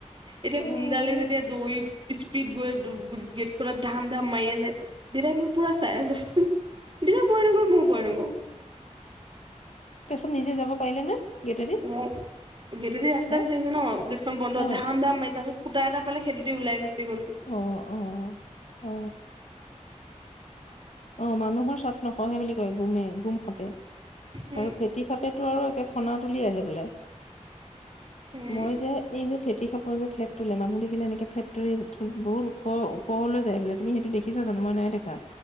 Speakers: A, on the right; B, on the left.
A: এতিয়া
B: উম
A: গুণ্ডালে যেতিয়া দৌৰি স্পীড গৈ- গেট খত ধাম ধাম মাৰি আছে। দেতাই নো মই পুৰা চাই আছো, দেতাই ভই নকৰে মইওঁ
B: উম
A: ভই নকৰো।
B: তাৰপিছত নিজে যাব পাৰিলে নে? গেটেদি
A: অ গেটেদি ৰাস্তা
B: হে
A: বিচাৰিছে ন গেটখন বন্ধ
B: অ
A: ধাম ধাম মাৰি তাৰপিছত ফূটা এটা পালে সেইতো দি ওলাই গুচি গল গে।
B: অ অ। অ অ মানুহৰ চাপ নসহে বুলি কয় গুমে গুম খাপে
A: উম
B: আৰু ফেটি খাপে‌ টো আৰু একে খনাত তুলি আহে বোলে,
A: উম
B: মই যে এই যে ফেটিসাপৰ যে ফেট তুলে মানুহ দেখিলে এনেকে ফেট তুলি ধৰি বহুত ওখ ওপৰলৈ যায় বোলে তুমি সেইটো দেখিছা জানো? মই নাই দেখা।